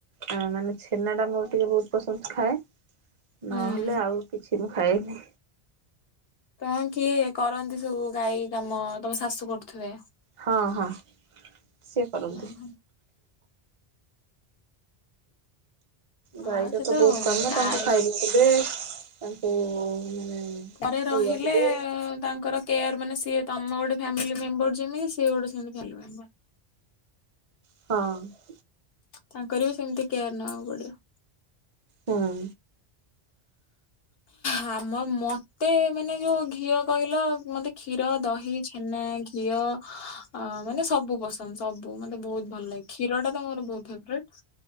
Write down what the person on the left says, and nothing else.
ହୁଁ
ତମ କିଏ କରନ୍ତି ସବୁ ଗାଈ କାମ ତମ ଶାଶୁ କରୁଥିବେ?
ଓହୋ
ଆଉ ସେ
ଗାଈ
ଘରେ ରହିଲେ
ତାଙ୍କର କେୟାର ମାନେ ସେ ତମେ ଗୋଟେ ଫ୍ଯାମିଲି ମେମ୍ବର ଯେମିତି, ସିଏ ଗୋଟେ ସେମିତି ଫାଲି ମେମ୍ବର।
ତାଙ୍କର ବି ସେମିତି କେୟାର ନବାକୁ ପଡିବ।
ହଁ ମ ମୋତେ ମାନେ ଯେଉଁ ଘିଅ କହିଲ, ମୋତେ କ୍ଷୀର, ଦହି, ଛେନା, ଘିଅ ଅ ମାନେ ସବୁ ପସନ୍ଦ ସବୁ ମତେ ବୋହୁତ୍ ଭଲ ଲାଗେ। କ୍ଷୀର ଟା ତ ମୋର ବୋହୁତ୍ ଫେବରେଟ୍,